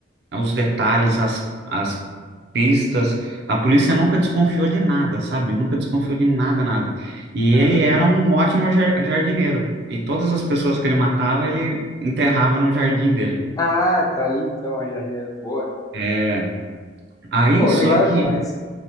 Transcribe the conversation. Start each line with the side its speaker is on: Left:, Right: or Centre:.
Right: os detalhes, as, as pistas. A polícia nunca desconfiou de nada, sabe? Nunca desconfiou de nada, nada. E
Left: Caralho.
Right: ele era um ótimo jar- jardineiro. E todas as pessoas que ele matava, ele enterrava no jardim dele.
Left: Ah, tá aí então a jardineira. Boa.
Right: É, aí
Left: Pô,
Right: só
Left: legal
Right: que.
Left: demais.